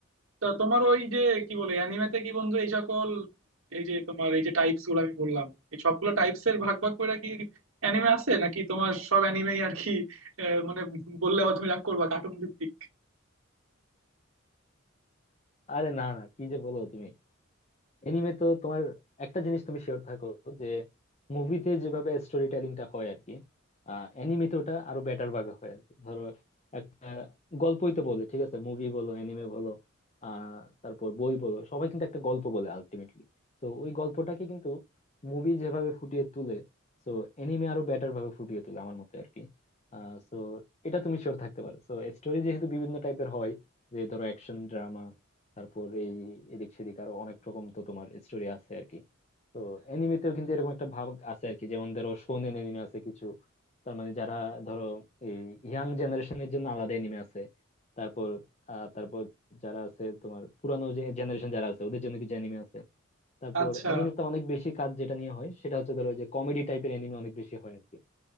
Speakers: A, on the right (about 80°); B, on the left (about 30°).
A: তো তোমার ওই যে কি বলে অ্যানিমেতে কি বন্ধু এই সকল এই যে তোমার এই যে টাইপস গুলো আমি বললাম এই সবগুলো টাইপস এর ভাগ ভাগ করে কি অ্যানিমে আছে নাকি তোমার সব অ্যানিমেই আর কি আহ, মানে বললে আবার তুমি রাগ করবা কার্টুন ভিত্তিক
B: আরে না না কি যে বলো তুমি এনিমে তো তোমার একটা জিনিস তুমি শিওর থাকো যে মুভিতে যেভাবে স্টোরি টেলিংটা হয় আর কি অ্যানিমেতে ওটা আরো বেটার ভাবে হয় আর কি ধরো একটা গল্পই তো বলে ঠিক আছে মুভি বলো অ্যানিমে বলো আহ তারপর বই বলো সবাই কিন্তু একটা গল্প বলে আলটিমেটলি তো ওই গল্পটাকে কিন্তু মুভি যেভাবে ফুটিয়ে তুলে তো অ্যানিমে আরো বেটার ভাবে ফুটিয়ে তোলে আমার মতে আর কি আহ তো এটা তুমি শিওর থাকতে পারো তো স্টোরি যেহেতু বিভিন্ন টাইপের হয় যে ধরো অ্যাকশন ড্রামা তারপর এই এদিক সেদিক আরো অনেক রকম তো তোমার স্টোরি আছে আর কি তো অ্যানিমেতেও কিন্তু এরকম একটা ভাগ আছে আর কি যেমন ধরো শোনেন অ্যানিমে আছে কিছু তার মানে যারা ধরো এই ইয়াং জেনারেশনের জন্য আলাদা অ্যানিমে আছে তারপর আহ তারপর যারা আছে তোমার পুরানো যে জেনারেশন যারা আছে ওদের জন্য কিছু অ্যানিমে আছে তারপর
A: আচ্ছা
B: অ্যানিমে অনেক বেশি কাজ যেটা নিয়ে হয় সেটা হচ্ছে ধরো যে কমেডি টাইপের অ্যানিমে অনেক বেশি হয় আর কি